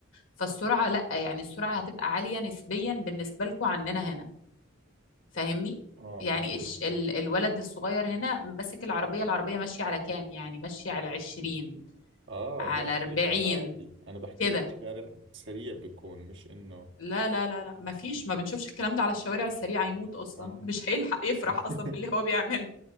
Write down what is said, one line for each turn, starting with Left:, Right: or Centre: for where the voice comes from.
Left: فالسرعة لا يعني السرعة هتبقى عالية نسبيا بالنسبة لكم عننا هنا فاهمني
Right: اه اه
Left: يعني الش...
Right: اه
Left: ال... الولد الصغير هنا ماسك العربية العربية ماشية على كام يعني ماشية على 20
Right: آه،
Left: على
Right: لا
Left: 40
Right: هيك عادي أنا بحكي
Left: كده
Right: لك شارع سريع بيكون مش إنه
Left: لا لا لا لا ما فيش ما بنشوفش الكلام ده على الشوارع السريعة يموت أصلا
Right: اه
Left: <laughs> مش هيلحق يفرح
Right: <laughs>
Left: أصلا باللي هو بيعمله